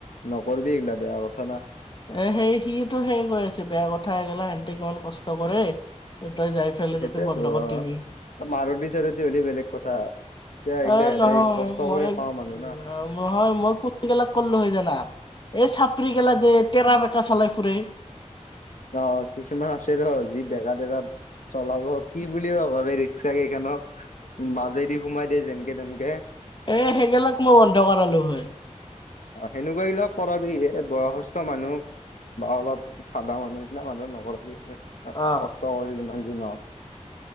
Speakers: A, on the left; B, on the left.
A: নকৰিবি এইগিলা। বেয়া কথা না।
B: এ সেই সিটো সেই কৈ আছে বেয়া কথা গেলা সিহতে কিমান কষ্ট কৰে। তই যাই পেলাই
A: সেইটয়েতো
B: তাতে বন্ধকত
A: অ,
B: দিবি
A: মাৰুতি চাৰতি হ'লে বেলেগ কথা। এতিয়া এইগিলা
B: এ
A: সিহঁতে
B: নহয়
A: কষ্ট
B: মই
A: কৰি খাৱা মানুহ না
B: নহয় মই কোনবিলাক কলো হয় জানা। এই চাপৰি গেলা যে তেটৰা বেকা চলাই ফুৰে।
A: অ' কিছুমান আছে ৰ যি বেগাত। চলাব কি বুলি ভাবা ৰিক্সা কেইখনক মাজেদি সোমাই দিয়ে যেনকে তেনকে।
B: এ, সেইবিলাক মই বন্ধ কৰালো হয়।
A: অ' সেনেকুৱা বিলাক কৰাে বয়সস্থ মানুহ। বা অলপ চাদা মানুহ সেই বিলাক মানুহ নৰ। কষ্ট
B: অ
A: কৰে যিমান যি নহওঁক।